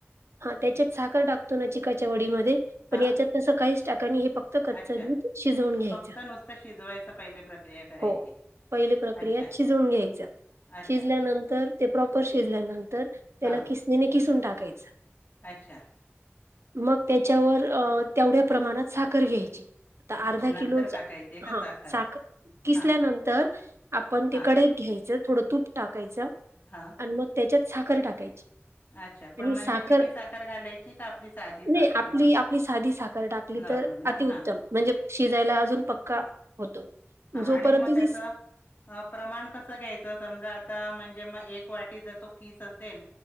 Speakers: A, on the right (about 70°); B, on the left (about 40°).
A: हा त्याच्यात साखर टाकतो ना चिकाच्या वडीमध्ये
B: हा
A: पण याच्यात तस काहीच टाका आणि फक्त कच्च
B: अच्छा
A: दूध शिजवून घ्यायच
B: फक्त नुसतं शिजवायचं पहिले प्रक्रिया करायची.
A: हो पहिली प्रक्रिया
B: अच्छा
A: शिजून घ्यायच
B: अच्छा
A: शिजल्यानंतर ते प्रॉपर शिजल्यानंतर त्याला
B: हा
A: किसनीने किसून टाकायचं
B: अच्छा
A: मग त्याच्यावर
B: हा
A: तेवढ्या प्रमाणात साखर घ्यायची आता
B: अच्छा
A: अर्धा
B: नंतर
A: किलो
B: टाकायची आहे का
A: हा
B: साखर
A: साख किसल्यानंतर
B: हा
A: आपण ते
B: हा
A: कढईत घ्यायचं थोडं तूप टाकायचं
B: हा
A: आणि मग त्याच्यात साखर टाकायची
B: अच्छा पण
A: आणि
B: म्हणजे
A: साखर
B: पिठी घालायची का आपली साधी साखर
A: नाही आपली
B: नॉर्मल?
A: आपली साधी साखर टाकली
B: नॉर्मल
A: तर
B: ना
A: अति उत्तम
B: हा
A: म्हणजे शिजायला अजून पक्का होतो
B: हा
A: जोपर्यंत
B: आणि मग
A: ती
B: त्याच
A: स
B: प्रमाण कसं घ्यायचं समजा आता म्हणजे मग एक वाटी जर तो किस असेल